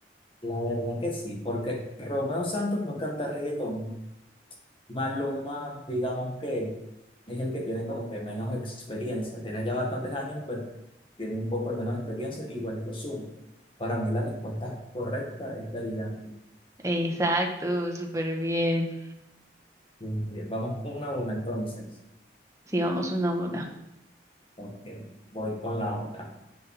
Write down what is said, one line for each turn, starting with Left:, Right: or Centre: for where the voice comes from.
Left: La verdad que sí, porque Romeo Santos no canta reggaetón. Maluma, digamos que es el que tiene como que menos experiencia. Tiene ya bastantes años, pero tiene un poco de menos experiencia, igual que Ozuna. Para mí la respuesta correcta es Daddy Yankee.
Right: Exacto, súper bien.
Left: Muy bien, Vamos una a una entonces.
Right: Sí, vamos una a una.
Left: Ok, voy con la otra.